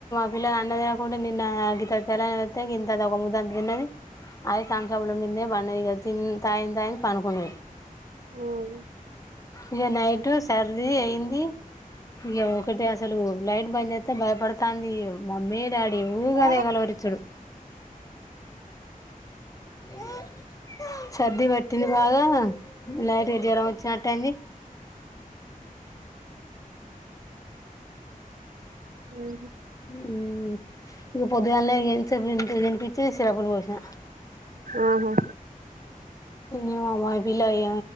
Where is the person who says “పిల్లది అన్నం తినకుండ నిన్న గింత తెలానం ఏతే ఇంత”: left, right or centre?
Left